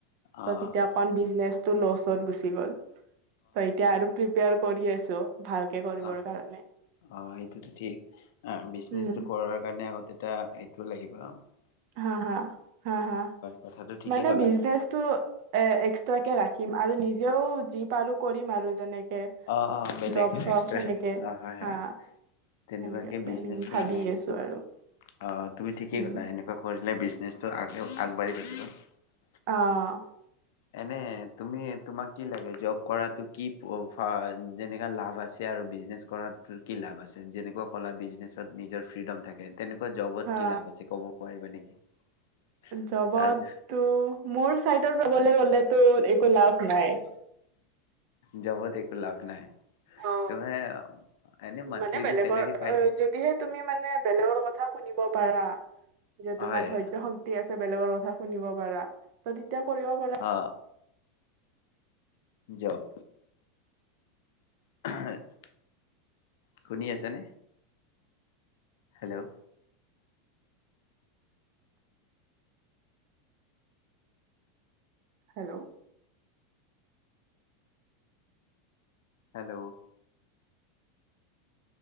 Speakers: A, on the right; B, on the left.
A: তা
B: অ',
A: যেতিয়া অকণ বিজনেছ টো ল'চত গুচি গ'ল ত এতিয়া আৰু প্ৰিপেৰ কৰি আছো। ভালকে কৰিবৰ
B: অহ
A: কাৰণে
B: অ সেইটোতো ঠিক, এ বিজনেচটো
A: উম
B: কৰাৰ কাৰণে আগতে এটা টো লাগিব ন।
A: হা হা হা হা
B: কথাটো ঠিকেই
A: মানে
B: ক'লা
A: বিজনেসটো এ এক্সট্রাকে ৰাখি আৰু নিজেও। পাৰো কৰিম আৰু যেনে কে
B: অ', অ', বেলেগ
A: জব চব
B: এক্সট্ৰা
A: সেনেকে
B: অ', হয়, হয়
A: হা
B: তেনেকুৱাকে
A: এনেকে প্লেনিং
B: বিজনেচ
A: ভাবি
B: মানে সেইটো
A: আছো
B: হৈ
A: আৰু
B: থাকে অ তুমি ঠিকেই
A: উম
B: কলা এনেকুৱা কৰি। বিজনেচটো আগ আগবাঢ়ি থাকিব।
A: আহ
B: এনে তুমি তোমাক কি লাগে জব কৰাটো কি? সহজ যেনেকা লাভ আছে আৰু বিজনেছ কৰাত কি লাভ আছে যেনেকুৱা ক'লা বিজনেছত নিজৰ ফ্ৰীডম থাকে। তেনেকুৱা জবত
A: হা
B: কি লাভ আছে ক'ব পাৰিবা নেকি <unintelligible>
A: জবতটো
B: তাৰ বিষয়ে
A: মোৰ চাইডৰ পৰা। কবলে গ'লেতো একো লাভ নাই।
B: জবত একো লাভ নাই।
A: অ
B: তুমে এনে মান্থলিটো
A: মানে বেলেগৰ
B: চেলেৰি পাই থাক
A: যদিহে তুমি মানে বেলেগৰ কথা শুনিব পাৰা যে তোমাৰ
B: হয়
A: ধৈৰ্য্য শক্তি আছে বেলেগৰ কথা শুনিব পাৰা। যদি এতিয়া কৰিব পাৰা।
B: অ জব। <unintelligible> শুনি আছেনে? Hello!
A: Hello!
B: Hello!